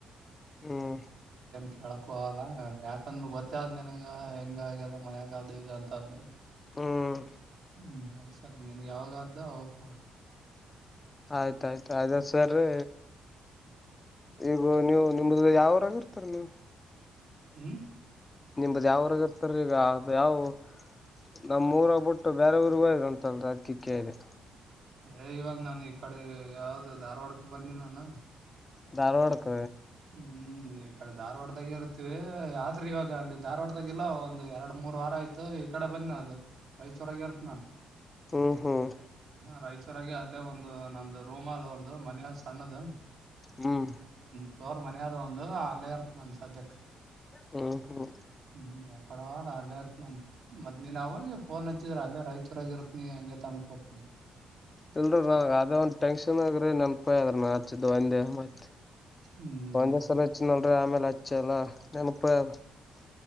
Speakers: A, on the left; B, on the right.
A: ಹ್ಮ್
B: ಸುಳ್ ಯಾಕಂದ್ರ ಗೊತ್ತ ಆದ್ ನಿನ್ಗ ಹೆಂಗ ಆಗ್ಯದ ಮನ್ಂಗ ಅದು ಇದ ಅಂತಂದ
A: ಹ್ಮ್
B: ಹ್ಮ್ ಹೌದ ಸರ್ ನಿನ್ಗೆ ಯಾವಾಗಾದ್ದ ಅವಾಗ ಕೂಡ
A: ಆಯ್ತಾಯ್ತು ಆಯ್ದ ಸರಿ ಈಗ ನೀವು ನಿಮ್ದ ಯಾವರಾಗಿರ್ತಾರ ನೀವು
B: ಹ್ಮ್
A: ನಿಮ್ದ ಯಾವ ಊರಾಗ ಇರ್ತಾರ ಈಗ ಅದು ಯಾವವು ನಮ್ಮ್ ಉರಗ್ಬಿಟ್ಟು ಬೇರೆ ಊರಿಗೆ ಹೋಗಿದ್ರ ಅಂತಲ್ ಅದಕೆ ಕೇಳದೆ
B: ಏ ಇವಾಗ ನಾನು ಈ ಕಡೆ ಯಾವ್ದ ಧಾರವಾಡಕ್ಕೆ ಬಂದ ನಾನು
A: ಧಾರವಾಡಕ
B: ಹ್ಮ್ ಈ ಕಡೆ ಧಾರವಾಡ ದಾಗೆ ಇರುತ್ತೆ ಇವಿ ಯ ಇವಾಗ ಅಲ್ಲಿ ಧಾರವಾಡದಾಗ ಇಲ್ಲೋ ಒಂದ್ ಎರಡು ಮೂರ್ ವಾರ ಆಯ್ತು ಈ ಕಡೆ ಬಂದಿ ಅದು ರೈತ ಚರಗರ್ತ್ ನನ್
A: ಹ್ಮ್ ಹ್ಮ್
B: ರಾಯಚೂರು ಗಿ ಅಲ್ಲೇ ಒಂದು ನಂದು ರೂಮ ಅದ ಒಂದು ಮನೆ ಸಣ್ಣದ ನಮ್ಮೂಪ್ಲೋರ್
A: ಹ್ಮ್
B: ಮನೆದ ಒಂದು ಅಲ್ಲೇ ಇರ್ತ್ ನನ್ ಸದ್ಯಕ್
A: ಹ್ಮ ಹ್ಮ್
B: ಹ್ಮ್ ಯ ಪರವಾಗಿಲ್ಲ ಅಲ್ಲೇ ಇರ್ತ್ ನಾನ್ ಮತ್ ನೀನ್ ಅವಾಗ ಫೋನ್ ಹಚ್ಚಿದ್ರ ಅಲ್ಲೇ ರೈತರಾಗಿ ಇರತ್ತನ ಹಂಗೆ ತಮ್ಮಕ ಕೊಡ್ಟ್ಟಿದ್ದು
A: ಇಲ್ರರಿ ನಾ ಅದೇ ಒಂದ ಟೆನ್ಷನ್ ಆಗ್ರೀ ನೆನ್ಪಾಯಿ ಅದ್ರ ನಾ ಹಚ್ಚಿದ್ದ್ ಒಂದೇಹ್ತ್
B: ಹ್ಮ್
A: ಒಂದೇಸಲ ಹಚ್ಚಿನಲ್ರಿ ಆಮೇಲೆ ಹಚ್ಚಲ್ಲ ನೆನಪ ಇಲ್ಲ